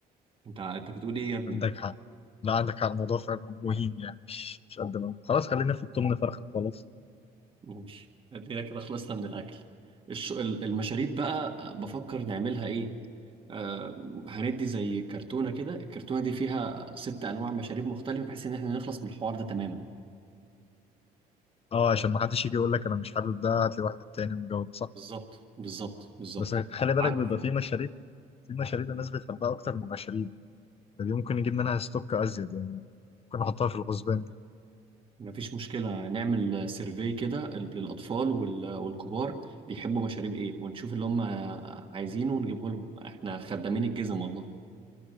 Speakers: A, on the right; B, on the left.
A: انت انت بتقول ايه يا ابني
B: عندك حق لا عندك حق الموضوع فعلا مهين يعني مش مش قد ما خلاص خلينا في التمن فرخ خلاص
A: ماشي ادينا كده خلصنا من الاكل الش... ال- المشاريب بقى بفكر نعملها ايه آه... هندي زي كرتونه كده الكرتونه دي فيها ست انواع مشاريب مختلفه بحيث ان احنا نخلص من الحوار ده تماما
B: اه عشان ما حدش يجي يقول لك انا مش حابب ده هات لي واحد تاني ومجود صح
A: بالظبط بالظبط بالظبط
B: بس خلي بالك
A: عد...
B: بيبقى في مشاريب في مشاريب الناس بتحبها اكتر من مشاريب فدي ممكن نجيب منها ستوك ازيد يعني ممكن نحطها في الغزبان دي
A: مفيش مشكلة نعمل سيرفي كده للأطفال وال- والكبار بيحبوا مشاريب إيه ونشوف اللي هم عايزينه ونجيبه لهم إحنا خدامين الجزم والله